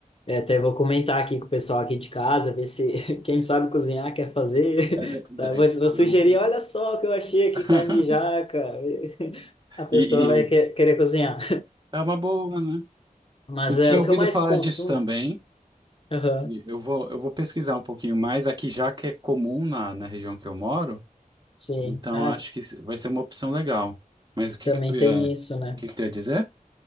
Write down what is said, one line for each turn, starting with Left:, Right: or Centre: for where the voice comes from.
Left: É, até vou comentar aqui com o pessoal aqui de casa, ver se <laughs> quem sabe cozinhar quer fazer.
Right: é verdade.
Left: <laughs> Tá? Vou, vou
Right: Ah.
Left: sugerir, olha só o que eu achei aqui,
Right: <laughs>
Left: carne de jaca. <laughs> A pessoa
Right: E,
Left: vai
Right: e
Left: que- querer cozinhar.
Right: é uma boa, né?
Left: Mas
Right: Eu tinha
Left: é o
Right: ouvido
Left: que eu mais
Right: falar
Left: consumo.
Right: disso também.
Left: Aham,
Right: E eu vou, eu vou pesquisar um pouquinho mais aqui, já que é comum na, na região que eu moro.
Left: Sim.
Right: Então
Left: Ah,
Right: acho que vai ser uma opção legal. Mas o que
Left: também
Right: que tu ia,
Left: tem
Right: o
Left: isso, né?
Right: que que tu ia dizer?